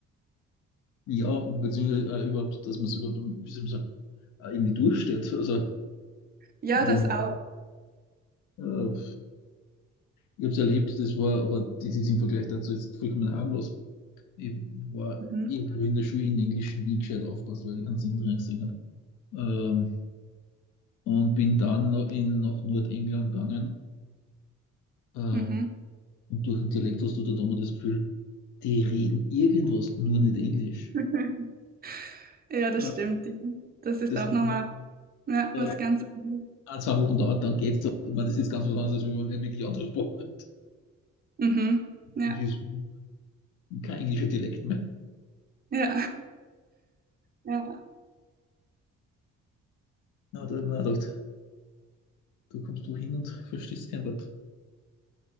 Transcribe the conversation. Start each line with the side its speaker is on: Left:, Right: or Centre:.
Left: Ja, beziehungsweise äh, überhaupt, dass man es überhaupt, wie soll man sagen, äh, irgendwie durchsteht. Also,
Right: Ja,
Left: ich denke,
Right: das auch.
Left: äh, ich habe es erlebt, das war, aber das ist im Vergleich dazu jetzt vollkommen harmlos. Ich war,
Right: Mhm.
Left: ich habe in der Schule in Englisch nie gescheit aufpasst, weil ich keinen Sinn drin gesehen habe. Ähm, und bin dann noch in, nach Nordengland gegangen. Äh, und
Right: Mhm.
Left: durch den Dialekt hast du da immer das Gefühl, die reden irgendwas, nur nicht Englisch.
Right: <laughs> Ja, das
Left: Äh,
Right: stimmt. Das ist
Left: das
Right: auch
Left: hat
Right: nochmal
Left: dann
Right: ja,
Left: äh,
Right: was ganz anderes.
Left: ein, zwei Wochen dauert, dann geht's. so. Ich meine, das ist ganz was anderes, wenn man wirklich andere Sprache hat.
Right: Mhm. Ja,
Left: Das ist kein englischer Dialekt mehr.
Right: ja. <laughs> Ja.
Left: Ja, da habe ich mir gedacht, du kommst wohin und <laughs> verstehst kein Wort.